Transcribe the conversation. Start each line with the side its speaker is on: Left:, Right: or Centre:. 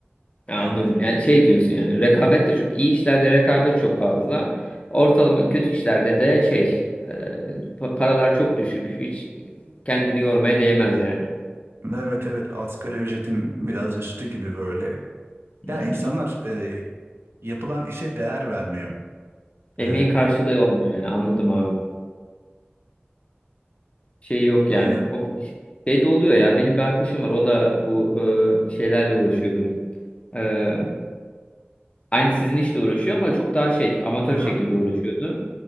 Left: Ya
Right: Yani
Left: anladım. Yani şey diyorsun yani rekabet de çok iyi işlerde rekabet çok fazla. Ortalama kötü işlerde de şey e, pa- paralar çok düşük. Hiç kendini yormaya değmez yani.
Right: evet evet asgari ücretin biraz üstü gibi böyle.
Left: Hmm.
Right: Yani insanlar e, yapılan işe değer vermiyor.
Left: Emeğin
Right: E,
Left: karşılığı olmuyor yani anladım abi. Şey yok
Right: aynen.
Left: yani. O şey de oluyor ya benim bir arkadaşım var o da bu e, şeylerle uğraşıyordu. E, aynı sizin işle uğraşıyor ama çok daha şey amatör
Right: Aha.
Left: şekilde uğraşıyordu.